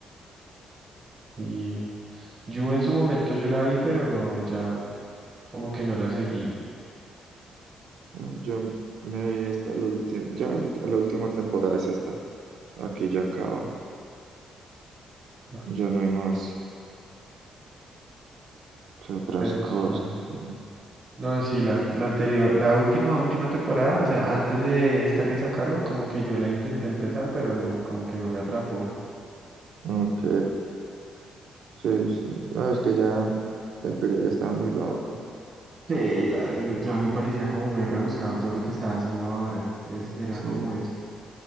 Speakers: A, on the right; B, on the right.
A: Y yo en su momento yo la vi, pero no, ya como que no la seguí.
B: ¿no? yo me vi hasta la última, ya la última temporada es esta, aquí ya acaba,
A: Ah,
B: ya no hay más. ¿Qué otras
A: Pero
B: cosas?
A: sí, no.
B: Sí.
A: No, sí, la, la anterior, la última, última temporada, o sea, antes de esta que sacaron, como que yo la intenté empezar, pero no, como que no me atrapó.
B: Ok, sí, sí, no, es que ya el piro ya estaba muy loco,
A: Sí, ya, eh, ya me parecía como muy rebuscado todo lo que estaba haciendo ahora. Es, era
B: sí,
A: como eso,